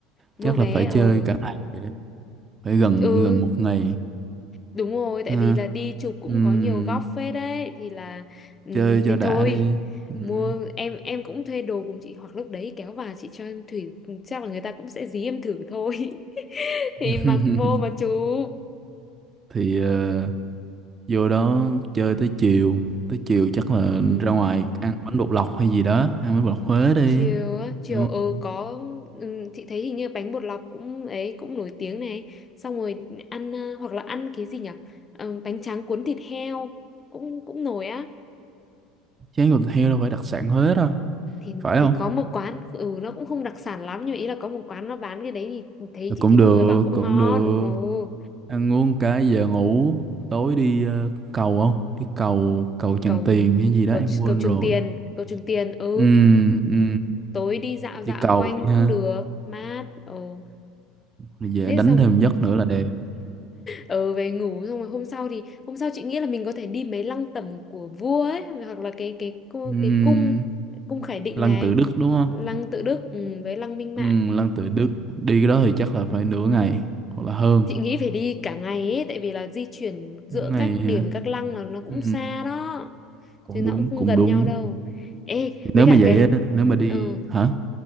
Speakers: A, on the left (about 25°); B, on the right (about 25°).
A: mua
B: chắc
A: vé
B: là phải chơi
A: ừ
B: cả ngày vậy đấy. phải gần
A: ừ
B: gần một ngày
A: Đúng rồi, tại
B: ha
A: vì là đi chụp cũng
B: Ừm,
A: có nhiều góc phết đấy thì là ừm,
B: chơi
A: nên
B: cho đã
A: thôi.
B: đi Ừm.
A: Mua em em cũng thuê đồ cùng chị hoặc lúc đấy kéo vào chị cho Thủy chắc là người ta cũng sẽ dí em thử thôi. <laughs> Thì
B: <laughs>
A: mặc vô mà chụp.
B: thì ờ, vô đó chơi tới chiều tới chiều chắc là
A: Ừ.
B: ra ngoài ăn bánh bột lọc hay gì đó ăn bánh bột lọc Huế đi
A: Chiều á, chiều
B: đúng
A: ờ
B: không?
A: có ừ, chị thấy hình như bánh bột lọc cũng ấy cũng nổi tiếng này. Xong rồi ăn ờ, hoặc là ăn cái gì nhỉ? Ờ, bánh tráng cuốn thịt heo cũng cũng nổi á.
B: chén thịt heo đâu phải đặc sản Huế đâu
A: thì
B: phải không
A: tôi có một quán ừ nó cũng không đặc sản lắm nhưng mà ý là có một quán nó bán cái đấy thì thấy chị
B: cũng
A: thấy mọi
B: được
A: người bảo cũng
B: cũng
A: ngon
B: được
A: ồ
B: ăn uống cái giờ ngủ tối đi ờ, cầu không đi cầu cầu Tràng
A: cầu
B: Tiền hay gì đó
A: cầu
B: em quên
A: cầu Trường
B: rồi
A: Tiền cầu Trường Tiền ừ
B: ừ ừ
A: tối đi dạo dạo
B: đi cầu
A: quanh
B: đi
A: cũng
B: ha
A: được mát ồ
B: rồi về
A: thế
B: đánh
A: xong
B: thêm giấc nữa là đẹp
A: ừ về ngủ xong rồi hôm sau thì hôm sau chị nghĩ là mình có thể đi mấy lăng tẩm của vua ấy hoặc là cái cái cu-
B: ừ
A: cái cung cung Khải Định
B: Lăng
A: này
B: Tự Đức đúng không
A: lăng Tự Đức ừ, với lăng Minh Mạng
B: ừ Lăng Tự Đức đi cái đó thì chắc là phải nửa ngày hoặc là hơn
A: Chị nghĩ phải đi cả ngày ấy, tại vì là di chuyển giữa
B: ngày
A: các
B: hả
A: điểm các lăng là nó cũng
B: ừ
A: xa đó,
B: cũng
A: chứ nó
B: đúng
A: cũng không
B: cũng
A: gần
B: đúng
A: nhau đâu. Ê,
B: Thì
A: với
B: nếu
A: cả
B: mà vậy
A: cái
B: á nếu mà đi
A: ờ,
B: hả